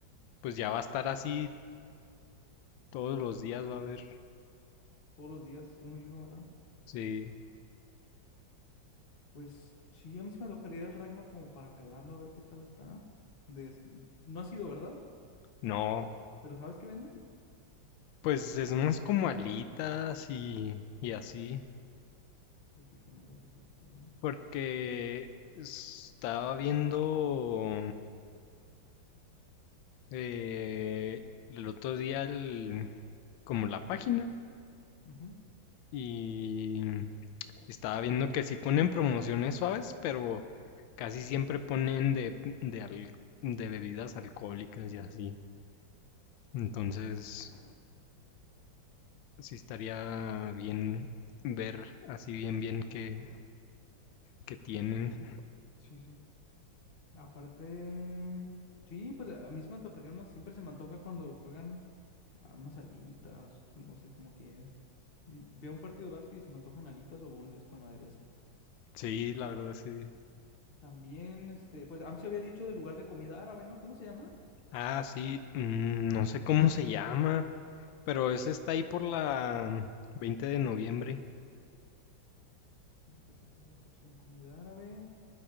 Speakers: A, on the left; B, on the left.
A: pues ya va a estar así todos los días, va a haber.
B: todos los días uno y uno, ¿verdad?
A: Sí.
B: Pues sí, a mí se me antojaría ir al Ragnar como para calarlo a ver qué tal está. Des- No ha sido, ¿verdad?
A: No,
B: Pero ¿sabes qué venden?
A: pues es más como alitas y, y así.
B: Pues sí, comidas así de juego, ¿no?
A: Porque estaba viendo eh, el otro día el- como la página
B: Ujú,
A: y estaba viendo que sí ponen promociones suaves, pero casi siempre ponen de, de, al- de bebidas alcohólicas y así. Entonces, sí estaría bien ver así bien bien qué, qué tienen.
B: Sí, sí. Aparte, sí, pues a mí se me antojaría una, siempre se me antoja cuando juegan a unas alitas, no sé, como que y veo un partido de básquet y se me antojan alitas o boneless con aderezo.
A: Sí, la verdad sí.
B: También, este, pues Amsi había dicho del lugar de comida árabe, ¿no? ¿Cómo se llama?
A: Ah, sí, mm, no sé cómo se llama, pero ese está ahí por la mm, 20 de noviembre.
B: Pues esa es otra opción, comida árabe.